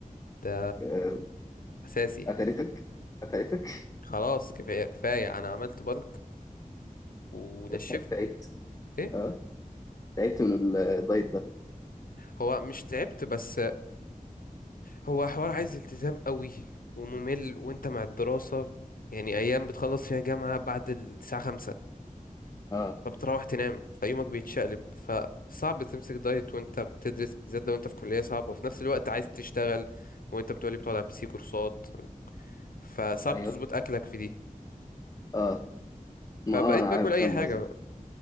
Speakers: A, on the left; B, on the left.
A: ده
B: آه،
A: اساسي
B: قتلتك قتلتك
A: خلاص كفاية كفاية انا عملت بلك ونشفت
B: <laughs> تعبت
A: ايه
B: اه تعبت من الدايت ده
A: هو مش تعبت بس هو حوار عايز التزام قوي وممل وانت مع الدراسة يعني ايام بتخلص فيها جامعة بعد الساعة خمسة
B: اه
A: فبتروح تنام فيومك بيتشقلب فصعب تمسك دايت وانت بتدرس بالذات لو انت في كلية صعبة وفي نفس الوقت عايز تشتغل وانت بتقولي بتقعد على البي سي كورسات فصعب
B: ايوه
A: تظبط اكلك في دي
B: اه
A: فبقيت
B: ما اه انا عارف
A: باكل اي
B: فاهم
A: حاجة
B: قصدك